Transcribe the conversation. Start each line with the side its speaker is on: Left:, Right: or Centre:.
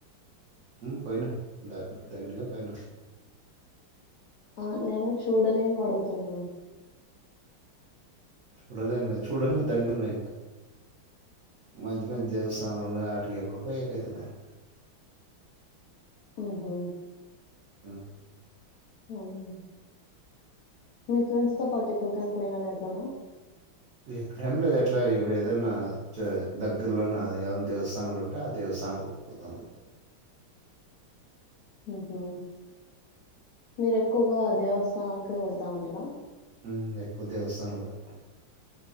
Right: పోయినాం ద దాండిగా పోయినాం.
Left: ఆ నేను చూడలేనివి అడుగుతున్నాను.
Right: చూడలేనివాయిత్ చూడని దండి ఉన్నాయి ఇంకా, మంచి మంచి దేవస్థానాలు ఉన్నాయి ఆటకి ఎప్పుడు పోయాకయితుంది మరి
Left: హు! హూ!
Right: హ్మ్!
Left: అవును. మీ ఫ్రెండ్స్ తో పాటు ఎక్కడకయిన పోయిన ఎప్పుడను
Right: ఎక్కడేం లేదు. ఎట్లా ఇప్పుడు ఏదన్నా జై దగ్గరలోన్న ఏమైనా దేవస్థానాలు ఉంటే ఆ దేవస్థానాలకు పోతాము అంతే.
Left: మ్ హూ మీరు ఎక్కువగా దేవస్థానకే వెళ్తా ఉంటారా?
Right: ఉమ్, ఎక్కువ దేవస్థానాలే